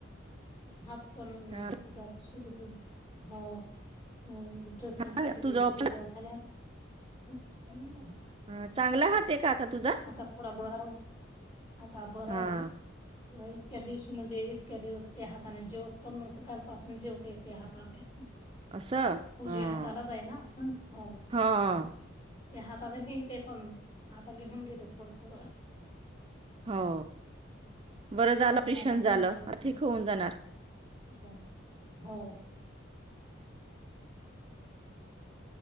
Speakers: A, on the left; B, on the right.
A: हा -- पण <unintelligible>
B: हा
A: हो. हं. ड्रेसिंग
B: चांग-
A: साठी
B: तुझा
A: गेले
B: ऑप्शन
A: तिथे एकाने <unintelligible>
B: ह चांगला हात का आता तुझा
A: आता थोडा बरा आता बर आहे
B: हा
A: इतक्या दिवशी म्हणजे इतक्या दिवस त्या हाताने जेवत पण नव्हते काल पासून जेवते त्या हाताने
B: असं
A: उजव
B: हा
A: हाताला आहे ना हो
B: हा
A: ते हाताने लिहते पण आता लिहून घेतल थोडं थोडं
B: हो बरं झालं
A: लिहायला
B: ऑपरेशन
A: पण
B: झालं
A: नाही जमत
B: आता
A: हो
B: ठीक होऊन जाणार
A: बहुतेक हो